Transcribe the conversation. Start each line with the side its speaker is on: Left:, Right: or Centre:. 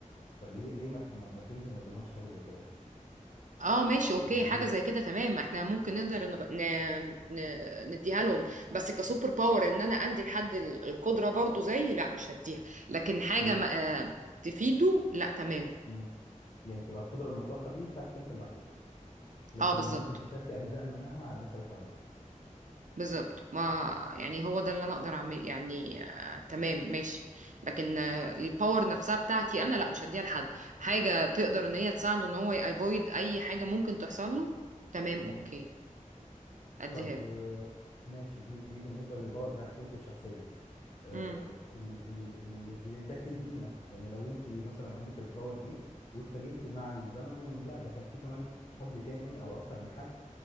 Left: فليه ليه ما ت- ما ما اديلهم ما اديلهمش حاجه زي كده
Right: اه ماشي اوكي
Left: يعني
Right: حاجه
Left: دي
Right: زي كده تمام احنا ممكن نقدر نغ... ن... ن... نديها لهم بس كسوبر باور ان انا عندي لحد ال- القدره برضو زي لا مش هديها لكن حاجه
Left: ال
Right: ما... آه، تفيده لا تمام
Left: مم. يعني تبقى القدره المطلقه دي بتاعتك انت لوحدك لكن
Right: اه بالظبط
Left: ممكن تشاركي اجزاء منها مع الناس اللي حواليك
Right: بالظبط ما يعني هو ده اللي انا اقدر اعمل يعني آه تمام ماشي لكن آه الباور نفسها بتاعتي انا لا مش هديها لحد حاجه تقدر ان هي تساعده ان هو يأفويد اي حاجه ممكن تحصل له تمام
Left: مم.
Right: اوكي اديها
Left: طب
Right: له
Left: آه، ماشي دي دي بالنسبه للباور بتاعتك انت الشخصيه آه،
Right: مم.
Left: ال- ال- ال- اللي اداك يدينا يعني لو انت مثلا عندك الباور دي واتفاجئتي مع الزمن ان لا ده كان في كمان حد تاني او اكتر من حد